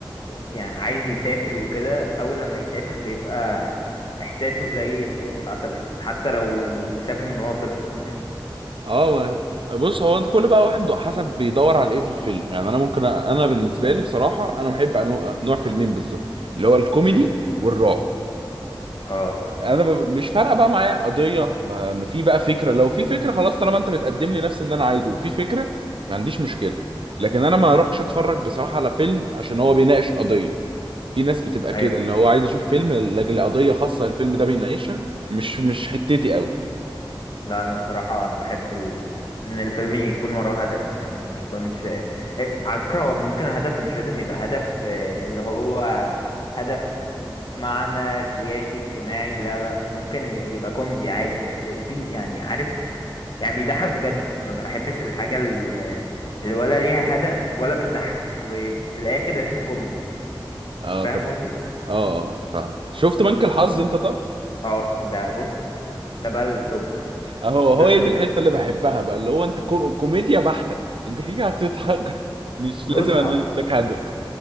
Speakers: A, on the left (about 60°); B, on the right (about 80°).
A: يعني عايز يسافر وكده اول لما يسافر بيبقى احساسه زي اللي في عسل اسود حتى لو مسافر من وهو طفل فاهم
B: اه ما- بص هو انت كل بقى واحد حسب بيدور على ايه في الفيلم يعني انا ممكن أ- انا بالنسبه لي بصراحه انا بحب أنو- نوع فيلمين بالظبط اللي هو الكوميدي
A: مم.
B: والرعب
A: اه
B: انا ب- مش فارقه بقى معايا قضيه ما ما في بقى فكره لو في فكره خلاص طالما انت بتقدم لي نفس اللي انا عايزه وفي فكره ما عنديش مشكله لكن انا ما اروحش اتفرج بصراحه على فيلم عشان هو بيناقش قضيه في ناس بتبقى
A: ايوه
B: كده اللي هو عايز يشوف فيلم لاجل قضيه خاصه الفيلم ده بيناقشها مش مش حتتي قوي
A: لا انا الصراحه انا بحب ال... ان الفيلم يكون وراه هدف يعني ما يكونش إيه، على فكره هو ممكن الهدف مش لازم يبقى هدف إيه، اللي هو هدف معنى سياسي اجتماعي لا لا ممكن يبقى كوميدي عادي بس في يعني عارف يعني بيضحك بجد ما بحبش الحاجه ال- اللي ولا ليها هدف ولا بتضحك وفي الاخر اسمه كوميدي
B: اه
A: فاهم
B: طب
A: قصدي
B: اه اه اه، فاهمك شفت بنك الحظ انت طب
A: اه ده بص ده بقى التوب
B: اهو
A: ده
B: هو
A: التوب
B: هي دي الحته اللي بحبها بقى اللي هو انت كو... كوميديا بحته انت كده هتضحك <laughs> مش
A: بص
B: لازم انا
A: آه،
B: لك هدف